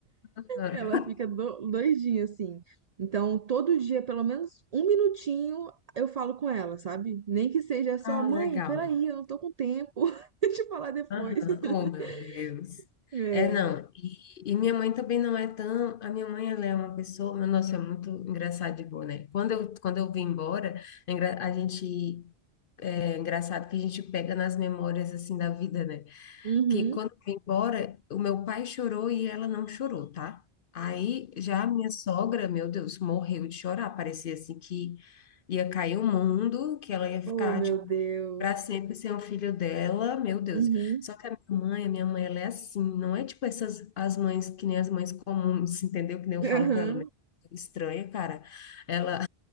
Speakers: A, on the left; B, on the right.
A: <laughs>
B: Ela fica do- doidinha, assim. Então, todo dia, pelo menos um minutinho, eu falo com ela, sabe? Nem que seja só,
A: Ah,
B: mãe,
A: legal.
B: peraí, eu não tô com tempo. <laughs> Deixa eu falar depois.
A: Aham.
B: <laughs>
A: Oh, meu Deus.
B: É.
A: É, não. E, e minha mãe também não é tão. A minha mãe, ela é uma pessoa. Meu, nossa, é muito engraçado de boa, né? Quando eu, quando eu vim embora, é engra- a gente. É engraçado que a gente pega nas memórias, assim, da vida, né?
B: Uhum.
A: que quando eu fui embora, o meu pai chorou e ela não chorou, tá? Aí já a minha sogra, meu Deus, morreu de chorar. Parecia assim que ia cair o mundo, que ela ia ficar,
B: Oh, meu
A: tipo,
B: Deus.
A: para sempre sem o filho dela, meu Deus.
B: Uhum.
A: Só que a minha mãe, a minha mãe, ela é assim, não é tipo essas as mães que nem as mães comuns, entendeu? Que nem eu falo
B: Aham.
A: para ela, "Meu Deus, estranha, cara. Ela